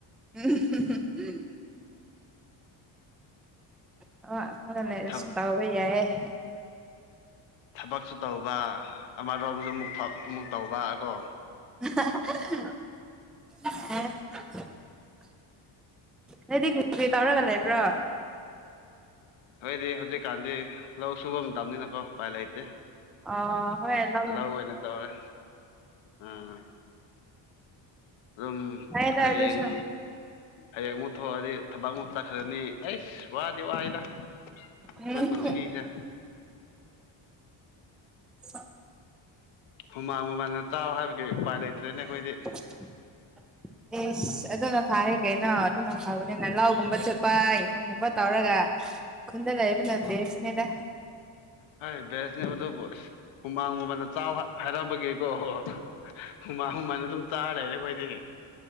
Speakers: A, in the centre; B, on the left.
A: ꯎꯝ ꯎꯝ ꯑ ꯐꯁꯨ
B: ꯊ
A: ꯇꯕ ꯌꯥꯏ
B: ꯊꯕꯛꯁꯨ ꯇꯧꯕ ꯑꯃꯔꯣꯝꯁꯨ ꯑꯃꯨꯛ ꯑꯃꯨꯛ ꯇꯧꯕ ꯀꯣ
A: ꯑꯦ ꯅꯣꯏꯗ ꯀꯩꯀꯩ ꯇꯧꯔꯒ ꯂꯩꯕ꯭ꯔꯣ
B: ꯑꯩꯣꯏꯗꯤ ꯍꯧꯖꯤꯛꯀꯥꯟꯗꯤ ꯂꯧ ꯁꯨꯕ ꯃꯇꯝꯅꯤꯅꯥ ꯀꯑꯣ ꯎꯄꯥꯏ ꯂꯩꯇꯦ
A: ꯑ ꯍꯣꯏꯂ ꯑ
B: ꯂꯧ ꯑꯣꯏꯅ ꯇꯧꯔꯦ ꯑꯥ ꯑꯗꯨꯝ
A: ꯐꯩꯌꯦꯗ
B: ꯍꯌꯦꯡ
A: ꯑꯗꯨꯁꯨ
B: ꯍꯌꯦꯡꯃꯨꯛ ꯊꯣꯛꯑꯗꯤ ꯊꯕꯛ ꯑꯃꯨꯛ ꯆꯩ ꯈꯔꯅꯤ ꯑꯩꯁ ꯋꯥꯗꯤ ꯋꯥꯏꯗ ꯑꯩꯈꯣꯏ
A: ꯎꯝ
B: ꯄꯨꯟꯁꯤꯁꯦ
A: <inaudible>
B: ꯍꯨꯃꯥꯡ ꯃꯃꯜꯅ ꯆꯥꯎ ꯍꯥꯏꯕꯒꯤ ꯎꯄꯥꯏ ꯂꯩꯇ꯭ꯔꯦꯅꯦ ꯑꯩꯈꯣꯏꯗꯤ
A: <inaudible> ꯑꯦꯁ ꯑꯗꯨꯅ ꯐꯥꯔꯦ ꯀꯩꯅꯣ ꯑꯗꯨꯅ ꯐꯕꯅꯤꯅ ꯂꯧꯒꯨꯝꯕ ꯆꯠꯄ ꯌꯦꯡꯈꯣꯒꯨꯝꯕ ꯇꯧꯔꯒ ꯀꯨꯟꯂ ꯌꯦꯂ ꯅ ꯗꯦꯁꯅꯦꯗ
B: ꯍ ꯦꯁꯅꯦ ꯑꯗꯨ ꯁ ꯍꯨꯃꯥꯡ ꯃꯃꯜꯗ ꯆꯥꯎ ꯍꯥꯏꯔꯝꯕꯒꯤꯀꯣ ꯑꯣ ꯍꯨꯃꯥꯡ ꯍꯨꯃꯟ ꯑꯗꯨꯝ ꯇꯥꯔ ꯂꯩꯔꯦ ꯑꯩꯈꯣꯏꯗꯤ